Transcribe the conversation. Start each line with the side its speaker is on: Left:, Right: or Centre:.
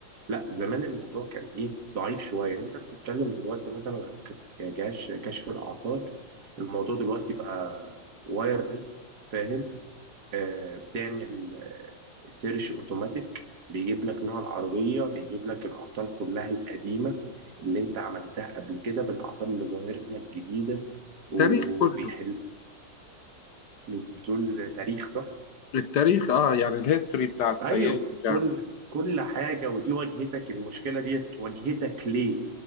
Right: لا زمان الموضوع كان ايه ضعيف شويه يعني انت بتتكلم دلوقتي مثلا على ك- يعني جهاز كشف الاعطال الموضوع دلوقتي بقى وايرلس فاهم آه بتعمل آه سيرش اوتوماتيك بيجيب لك نوع العربيه بيجيب لك الاعطال كلها القديمه اللي انت عملتها قبل كده بالاعطال اللي ظهرت لك جديده وبيحل
Left: التاريخ كله
Right: بز- بتقول تاريخ صح
Left: التاريخ اه يعني الهيستوري بتاع السيارة
Right: ايوه
Left: بتاع
Right: كل كل حاجه ودي واجهتك المشكله ديت واجهتك ليه